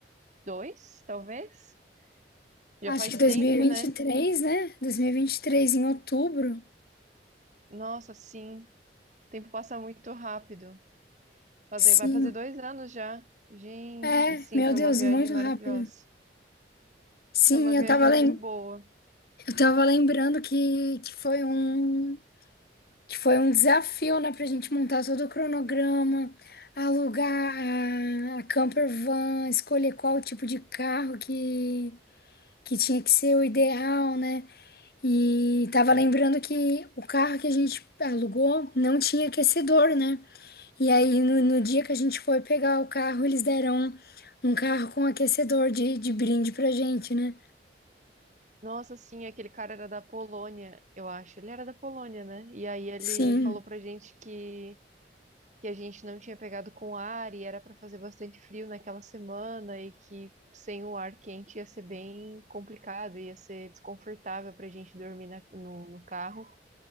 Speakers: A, on the right; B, on the left.
A: dois talvez? Já
B: acho
A: faz
B: que dois
A: tempo,
B: mil e e
A: né?
B: vinte e três, né? Dois mil e e vinte e três, em outubro.
A: Nossa, sim, o tempo passa muito rápido. Fazer,
B: Sim.
A: vai fazer dois anos já. Gente,
B: É,
A: sim,
B: meu
A: foi
B: Deus,
A: uma viagem
B: muito
A: maravilhosa.
B: rápido. Sim,
A: Foi uma viagem
B: eu tava, lem
A: muito boa.
B: eu tava lembrando que, que foi um. que foi um desafio, né, pra gente montar todo o cronograma, alugar a, a camper van, escolher qual tipo de carro que, que tinha que ser o ideal, né? E tava lembrando que o carro que a gente alugou não tinha aquecedor, né? E aí no, no dia que a gente foi pegar o carro, eles deram um carro com aquecedor de, de brinde pra gente, né?
A: Nossa, sim, aquele cara era da Polônia, eu acho. Ele era da Polônia, né? E aí ele
B: Sim,
A: falou pra gente que, que a gente não tinha pegado com ar e era pra fazer bastante frio naquela semana e que sem o ar quente ia ser bem complicado, ia ser desconfortável pra gente dormir na- no, no carro.